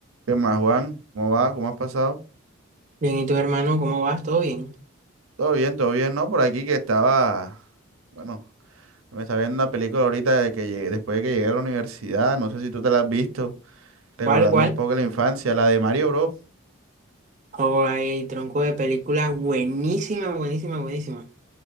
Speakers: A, on the right; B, on the right.
A: ¿Qué más, Juan? ¿Cómo va? ¿Cómo has pasado?
B: Bien, ¿y tu hermano cómo vas? ¿Todo bien?
A: Todo bien, todo bien, ¿no? Por aquí que estaba, bueno, me estaba viendo una película ahorita de que llegué- después de que llegué a la universidad, no sé si tú te la has visto, recordando
B: ¿Cuál, cuál?
A: un poco la infancia, la de Mario Bros.
B: Oh, hay tronco de película buenísima, buenísima, buenísima.